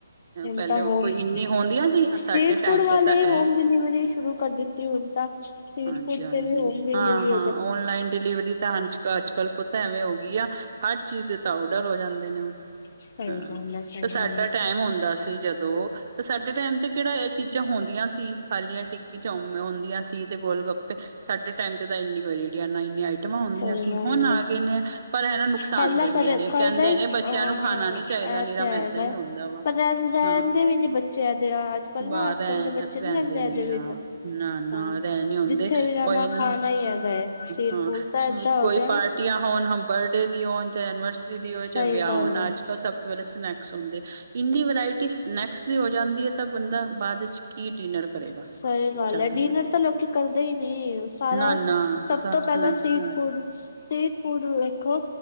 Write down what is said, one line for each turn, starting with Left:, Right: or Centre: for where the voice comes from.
Left: ਹੁਣ
Right: ਪਹਿਲੇ
Left: ਤਾਂ ਹੋਮ
Right: ਕੋਈ ਇੰਨੀ ਹੁੰਦੀਆਂ ਸੀ
Left: ਸਟ੍ਰੀਟ
Right: ਸਾਡੇ ਟਾਈਮ
Left: ਫੂਡ
Right: ਤੇ
Left: ਵਾਲੇ
Right: ਤਾਂ
Left: ਹੀ ਹੋਮ
Right: ਇਹ
Left: ਡਿਲੀਵਰੀ ਸ਼ੁਰੂ ਕਰ ਦਿੱ ਤੇ ਹੁਣ ਤਾਂ ਸਟਰੀਟ
Right: ਹਾਂਜੀ
Left: ਫੂਡ
Right: ਹਾਂਜੀ
Left: ਤੇ ਵੀ ਹੋ ਗਈ। ਡਿਲੀਵਰੀ
Right: ਹਾਂ -ਹਾਂ ਔਨਲਾਈਨ ਡਿਲੀਵਰੀ ਤਾਂ ਅ ਅੱਜ ਕੱਲ੍ਹ ਪਤਾ ਐਵੇਂ ਹੋ ਗਈ ਆ ਹਰ ਚੀਜ਼ ਦੇ ਤਾਂ ਓਡਰ ਹੋ ਜਾਂਦੇ ਨੇ ਹੁਣ
Left: ਸਹੀ
Right: ਹਾਂ
Left: ਗੱਲ ਹੈ ਸਹੀ
Right: ਤੇ ਸਾਡਾ
Left: ਗੱਲ ਹੈ
Right: ਟਾਈਮ ਹੁੰਦਾ ਸੀ ਜਦੋਂ ਤੇ ਸਾਡੇ ਟਾਈਮ ਤੇ ਕਿਹੜਾ ਇਹ ਚੀਜ਼ਾਂ ਹੁੰਦੀਆਂ ਸੀ ਖਾਲੀਆਂ ਟਿੱਕੀ ਚੋ ਹੁੰਦੀਆਂ ਸੀ ਤੇ ਗੋਲ ਗੱਪੇ ਸਾ ਸਾਡੇ ਟਾਈਮ 'ਚ ਤਾਂ ਇੰਨੀ ਕੁ ਨਾ ਇੰਨੀਆਂ ਆਈਟਮਾਂ ਹੁੰਦੀਆਂ
Left: ਸਹੀ
Right: ਸੀ
Left: ਗੱਲ
Right: ਹੁਣ ਆ
Left: ਹੈ
Right: ਗਏ ਨੇ ਆ ਪਰ ਇਹਨੂੰ ਨੁਕਸਾਨ
Left: ਪਹਿਲਾਂ
Right: ਦਿੰਦੇ
Left: ਕਰ
Right: ਨੇ
Left: ਕਰਦਾ
Right: ਕਹਿੰਦੇ
Left: ਹੀ
Right: ਨੇ
Left: ਅਹ
Right: ਬੱਚਿਆਂ ਨੂੰ ਖਾਣਾ ਨੀ
Left: ਇਹ
Right: ਚਾਹੀਦਾ ਨਿਰਾ
Left: ਤਾਂ ਹੈਗਾ।
Right: ਮੈਦਾ ਹੀ ਹੁੰਦਾ ਵਾ
Left: ਪਰ ਰਹਿ ਰਹਿੰਦੇ
Right: ਹਾਂ।
Left: ਵੀ ਨੀ ਬੱਚੇ ਇਹਦੇ ਅੱਜ ਕੱਲ
Right: ਬਾਹ
Left: ਨਾ ਅੱਜ
Right: ਰਹਿ
Left: ਕੱਲ ਦੇ ਬੱਚੇ
Right: ਰਹਿੰਦੇ
Left: ਨੀ
Right: ਨੀ
Left: ਇਹਦੇ
Right: ਆ
Left: ਬਿਨ।
Right: ਨਾ-
Left: ਹਾਂ
Right: ਨਾ ਰਹਿ ਨੀ ਹੁੰਦੇ
Left: ਜਿੱਥੇ ਵੀ ਜਾਣਾ
Right: ਉਹੀ ਨਾ
Left: ਖਾਣਾ
Right: ਹਾਂ
Left: ਹੀ ਹੈਗਾ ਹੈ ਸਟ੍ਰੀਟ
Right: -ਹਾਂ
Left: ਫੂਡ ਤਾਂ ਏਦਾਂ
Right: ਕੋਈ
Left: ਹੋ ਗਿਆ
Right: ਪਾਰਟੀਆਂ ਹੋਣ ਬਰਡੇ ਦੀ ਹੋਣ ਚਾਹੇ ਐਨਨੀਵਰਸਰੀ ਦੀ ਹੋਵੇ 'ਚ
Left: ਸਹੀ
Right: ਵਿਆਹ
Left: ਗੱਲ
Right: ਹੋਣ
Left: ਹੈ।
Right: ਅੱਜ ਕਲ ਸਭ ਤੋਂ ਪਹਿਲੇ ਸਨੈਕਸ ਹੁੰਦੇ। ਇੰਨੀ ਵਰਾਇਟੀ ਸਨੈਕਸ ਦੀ ਹੋ ਜਾਂਦੀ ਹੈ ਤਾਂ ਬੰਦਾ ਬਾਅਦ ਵਿੱਚ ਕੀ ਡਿਨਰ ਕਰੇਗਾ
Left: ਸਹੀ ਗੱਲ
Right: ਜਾ
Left: ਹੈ
Right: ਕੇ
Left: ਡਿਨਰ
Right: ਬਾਹਰ
Left: ਤਾਂ ਲੋਕੀ ਕਰਦੇ ਹੀ ਨੀ। ਸਾਰਾ
Right: ਨਾ
Left: ਸਭ
Right: ਨਾ
Left: ਤੋਂ ਪਹਿਲਾਂ
Right: ਸਨੈਕਸ
Left: ਸਟ੍ਰੀਟ
Right: ਨਾਲ
Left: ਫੂਡ ਸਟ੍ਰੀਟ ਫੂਡ ਵੇਖੋ